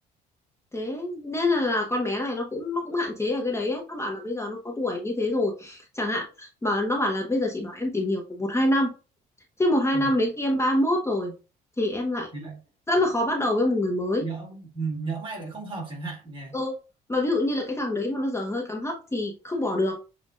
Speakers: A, on the left; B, on the right.
A: thế nên là, là con bé này nó cũng nó cũng hạn chế ở cái đấy ấy. nó bảo là bây giờ nó có tuổi như thế rồi chẳng hạn mà nó bảo là bây giờ chị bảo em tìm hiểu khoảng một hai năm Thế một hai
B: ừ,
A: năm đến khi em ba mốt rồi thì em lại
B: thì lại
A: rất là khó bắt đầu với một người mới.
B: nhỡ ừ, nhỡ may lại không hợp chẳng hạn nhỉ
A: Ừ, mà ví dụ như là cái thằng đấy mà nó dở hơi cắm hấp thì không bỏ được.